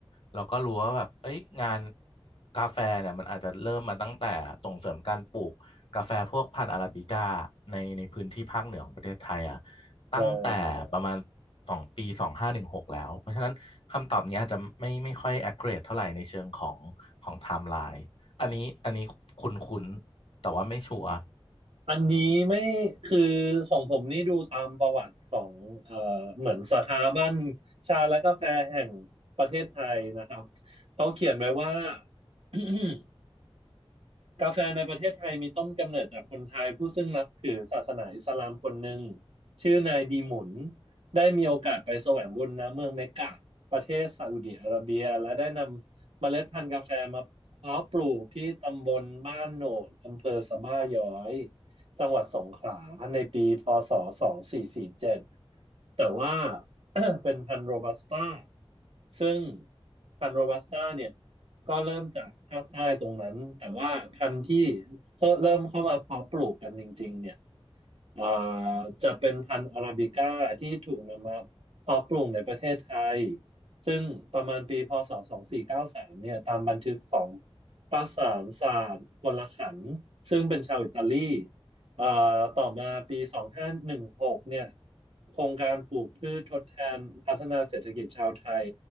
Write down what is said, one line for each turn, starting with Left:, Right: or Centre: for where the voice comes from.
Left: แล้วก็รู้ว่าแบบเอ้ยงานกาแฟเนี่ยมันอาจจะเริ่มมาตั้งแต่ส่งเสริมการปลูกกาแฟพวกพันธุ์อาราบิก้าในในพื้นที่ภาคเหนือของประเทศไทยอ่ะ ตั้งแต่ประมาณ
Right: ใช่
Left: สองปีสองห้าหนึ่งหกแล้วเพราะฉะนั้นคำตอบนี้อาจจะไม่ไม่ค่อย accurate เท่าไหร่ในเชิงของของไทม์ไลน์อันนี้อันนี้คุ้นคุ้นแต่ว่าไม่ชัวร์
Right: อันนี้ไม่คือของผมนี่ดูตามประวัติของเอ่อเหมือนสถาบันชาและกาแฟแห่งประเทศไทยนะครับเขาเขียนไว้ว่า <coughs> กาแฟในประเทศไทยมีต้นกำเนิดจากคนไทยผู้ซึ่งนับถือศาสนาอิสลามคนหนึ่งชื่อนายดีหมุนได้มีโอกาสไปแสวงบุญณเมืองเมกกะประเทศซาอุดิอาระเบียและได้นำเมล็ดพันธุ์กาแฟมาเพาะปลูกที่ตำบลบ้านโหนดอำเภอสะบ้าย้อยจังหวัดสงขลาในปีพศ2447แต่ว่า <coughs> <clears throat> เป็นพันธุ์โรบัสต้าซึ่งพันธุ์โรบัสต้าเนี่ย ก็เริ่มจากภาคใต้ตรงนั้นแต่ว่าพันธุ์ที่เริ่มเข้ามาเพาะปลูกกันจริงๆเนี่ย เอ่อจะเป็นพันธุ์อาราบิก้าที่ถูกนำมาเพาะปลูกในประเทศไทยซึ่งประมาณปีพศ2493เก้าสิบสามเนี่ยตามบันทึกของประสานศาสตร์พลขันธ์ซึ่งเป็นชาวอิตาลีเอ่อต่อมาปี2516เนี่ยโครงการปลูกพืชทดแทนพัฒนาเศรษฐกิจชาวไทย